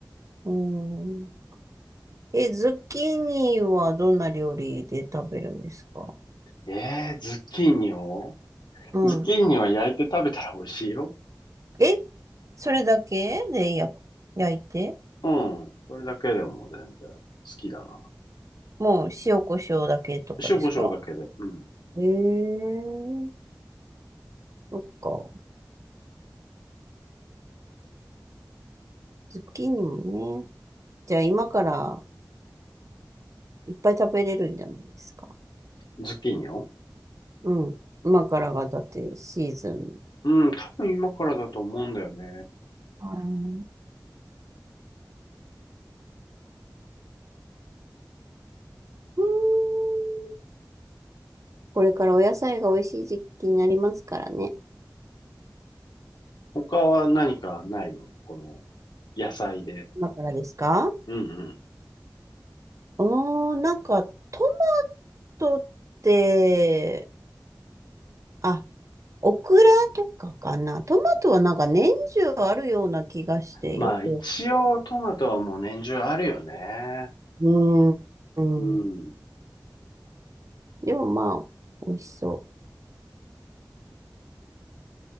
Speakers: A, on the right; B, on the left.
A: うん。え、ズッキーニはどんな料理で食べるんですか
B: え。えー、ズッキーニを
A: うん
B: ズッキーニは焼いて食べたら美味しいよ。
A: えそれだけでや、焼いて
B: うん。それだけでも全然好きだな。
A: もう塩コショウだけとかですか
B: 塩コショウだけで。うん。
A: えー、そっか。ズッキーニもね。じゃあ今からいっぱい食べれるんじゃないですか。
B: ズッキーニを
A: うん。今からがだってシーズン。
B: うん、多分今からだと思うんだよね。
A: はい。うんこれからお野菜が美味しい時期になりますからね。
B: 他は何かないのこの野菜で。
A: 今からですか
B: うんうん。
A: うーん、なんかトマトって、あ、オクラとかかな。トマトはなんか年中あるような気がしてよく。
B: まあ一応トマトはもう年中あるよね。
A: うん。うん。
B: うん。
A: でもまあ、美味しそう。